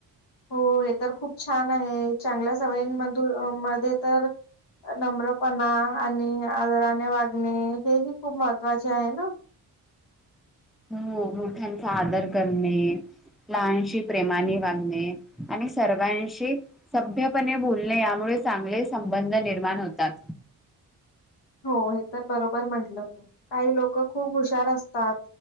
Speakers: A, on the left; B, in the centre.
A: हो हे तर खूप छान आहे. चांगल्या सवयींमध मध्ये तर नम्रपणा आणि आदराने वागणे हे हि खूप महत्त्वाचे आहे ना?
B: हो मोठ्यांचा आदर करणे. लहानशी प्रेमाने वागणे, आणि सर्वांशी सभ्यपणे बोलणे, यामुळे चांगले संबंध निर्माण होतात.
A: <inaudible> हो हे तर बरोबर म्हंटलं तू काही लोक खूप हुशार असतात.